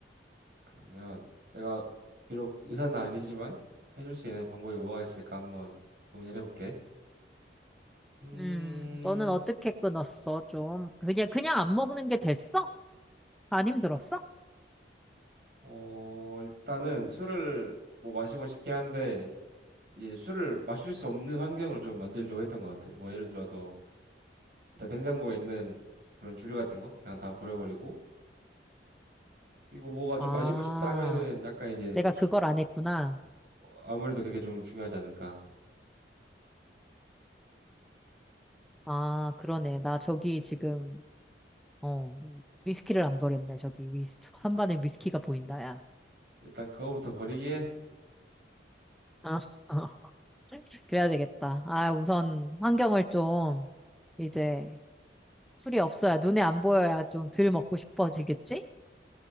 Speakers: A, on the right; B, in the centre.
A: 그러면 내가 비록 의사는 아니지만 해줄 수 있는 방법이 뭐가 있을까 한번 고민을 해볼게. 음,
B: 음, 너는 어떻게 끊었어? 좀 그냥 그냥 안 먹는 게 됐어? 안 힘들었어?
A: 어, 일단은 술을 뭐 마시고 싶긴 한데 이제 술을 마실 수 없는 환경을 좀 만들려고 했던 것 같아. 뭐 예를 들어서 일단 냉장고에 있는 그런 주류 같은 거 그냥 다 버려버리고 그리고 뭐가 좀
B: 아,
A: 마시고 싶다 하면은 약간 이제
B: 내가
A: 주-
B: 그걸 안 했구나.
A: 아무래도 그게 좀 중요하지 않을까.
B: 아, 그러네. 나 저기 지금 어 위스키를 안 버렸네. 저기 위스 한반에 위스키가 보인다, 야.
A: 일단 그거부터 버리기에
B: 아, <laughs> 그래야 되겠다. 아, 우선 환경을 좀 이제 술이 없어야 눈에 안 보여야 좀 덜 먹고 싶어지겠지?